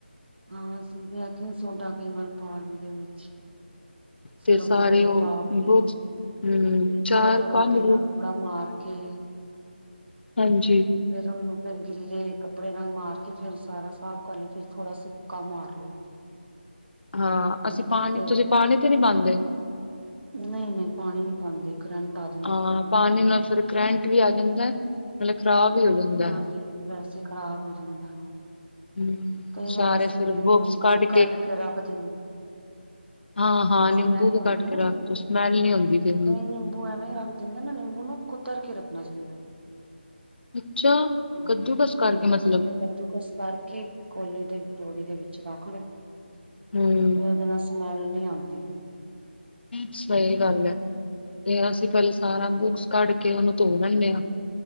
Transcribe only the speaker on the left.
ਤੇ
ਸਾਰੇ
ਉਹ
ਬੁਕਸ ਹਮ
ਚਾਰ
ਪੰਜ
ਗਰੁਪ
ਹਾਂਜੀ
ਹਾਂ
ਅਸੀਂ ਪਾਣੀ
ਤੁਸੀਂ ਪਾਣੀ ਤੇ ਨੀ ਪਾਦੇਂ?
ਹਾਂ ਪਾਣੀ ਨਾਲ ਫਿਰ ਕਰੈਂਟ ਵੀ ਆ ਜਾਂਦਾ ਮਤਲਬ ਖ਼ਰਾਬ ਵੀ ਹੋ ਜਾਂਦਾ।
ਹਮ
ਸਾਰੇ
ਫਿਰ
ਬੁਕਸ ਕੱਢ
ਹਾਂ-ਹਾਂ ਨਿੰਬੂ
ਵੀ
ਕੱਟ
ਕੇ
ਰੱਖ
ਦੋ ਸਮੈਲ ਨੀ ਹੁੰਦੀ ਫੇਰ
ਅੱਛਾ
ਕੱਦੂਕਸ ਕਰਕੇ
ਮਤਲਬ।
ਹੂੰ
ਸਹੀ ਗੱਲ ਹੈ ਤੇ ਅਸੀਂ ਪਹਿਲੇ ਸਾਰਾ ਬੁੱਕਸ ਕੱਢ ਕੇ ਉਹਨੂੰ ਧੋ ਲੈਨੇ ਹਾਂ।